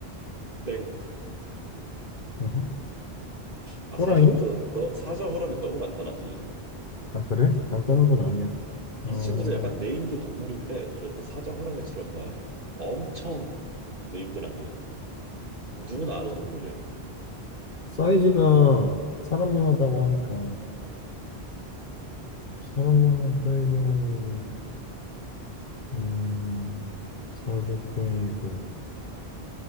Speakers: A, on the right; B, on the left.
A: 땡.
B: 어허.
A: 아 사자는
B: 호랑이?
A: 또 너 사자 호랑이 너무 간단하지.
B: 아, 그래? 간단한
A: 예.
B: 건 아니야.
A: 이
B: 어,
A: 친구도 약간 네임드 동물인데 그래도 사자 호랑이처럼 막 엄청 네임드는 아니야. 누구나 아는 동물이야.
B: 사이즈가 사람만 하다고 하니까 사람만 한 사이즈면은 음, 사족보행이고